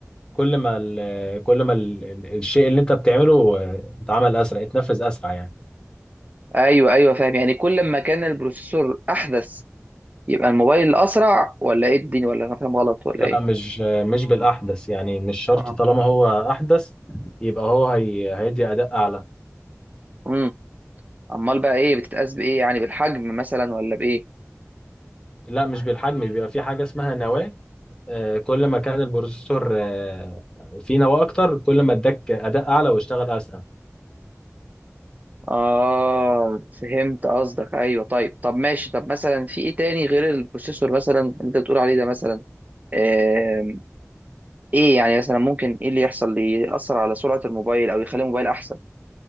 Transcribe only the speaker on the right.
ايوه ايوه فاهم يعني كل ما كان البروسيسور احدث يبقى الموبايل اسرع ولا ايه الدنيا ولا انا فاهم غلط ولا
ايه
اه
امم امال بقى ايه بتتقاس بايه يعني بالحجم مثلا ولا بايه
اه فهمت قصدك ايوه طيب طب ماشي طب مثلا في ايه تاني غير البروسيسور مثلا انت بتقول عليه ده مثلا آم، ايه يعني مثلا ممكن ايه اللي يحصل اللي يأثر على سرعة الموبايل او يخلي الموبايل احسن